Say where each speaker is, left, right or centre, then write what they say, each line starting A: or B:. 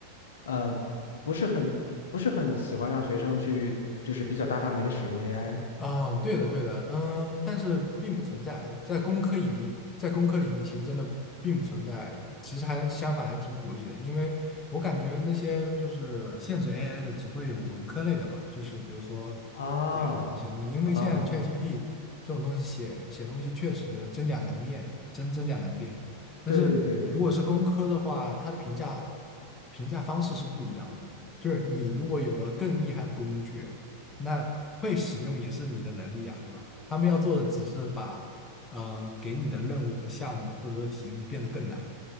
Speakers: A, on the left; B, on the left.
A: 呃，不是很不是很喜欢让学生去，就是比较大范围的使用 AI。
B: 嗯，对的，对的，嗯，但是并不存在在工科引力，在工科领域其实真的并不存在，其实还相反还挺鼓励的，因为我感觉那些就是限制 AI 的只会有文科类的吧，就是比如说
A: 啊啊，
B: 写写东西，因为现在 ChatGPT 这种东西写写东西确实真假难辨，真真假难辨，
A: 对对对对对
B: 如果是工科的话，它的评价评价方式是不一样的。就是你如果有了更厉害的工具，那会使用也是你的能力啊，对吧？他们要做的只是把呃给你的任务和项目或者说题目变得更难。